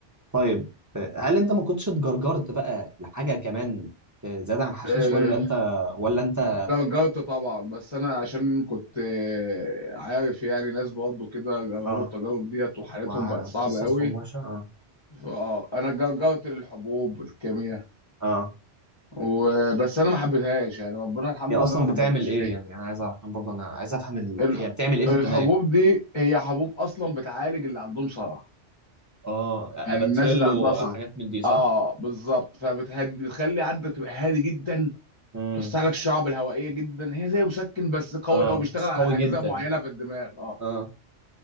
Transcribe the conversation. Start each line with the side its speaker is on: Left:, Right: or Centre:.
Right: طيب آه، هل انت ما كنتش اتجرجرت بقى لحاجه كمان آه، زياده عن حشيش
Left: آه.
Right: ولا انت ولا انت
Left: جربت طبعا بس انا عشان كنت آه، عارف يعني ناس برضه كده جربوا
Right: اه
Left: التجارب ديت وحالتهم
Right: وقصصهم
Left: بقت صعبه قوي
Right: وحشه اه
Left: فاه انا جربت للحبوب الكيمياء
Right: اه
Left: وبس انا ما حبيتهاش يعني ربنا الحمد
Right: هي اصلا
Left: لله ما حببنيش
Right: بتعمل ايه
Left: فيها
Right: يعني انا عايز افهم برضه انا عايز افهم ال...
Left: الح-
Right: هي بتعمل ايه في
Left: الحبوب
Right: الدماغ
Left: دي هي حبوب اصلا بتعالج اللي عندهم صرع
Right: اه اباتريل
Left: يعني الناس اللي عندها
Right: وحاجات
Left: صرع
Right: من دي صح
Left: اه بالظبط فبتهدي بتخلي عندك تبقى هادي جدا
Right: امم
Left: توسع لك الشعب الهوائيه جدا هي زي مسكن بس قوي
Right: اه
Left: قوي بيشتغل
Right: بس
Left: على
Right: قوي
Left: اجزاء
Right: جدا
Left: معينه في الدماغ اه
Right: اه